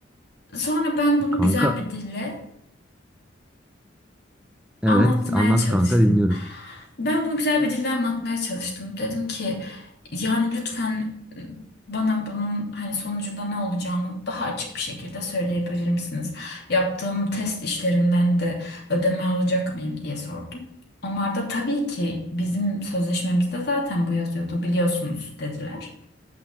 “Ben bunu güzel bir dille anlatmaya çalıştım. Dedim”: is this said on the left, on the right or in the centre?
Left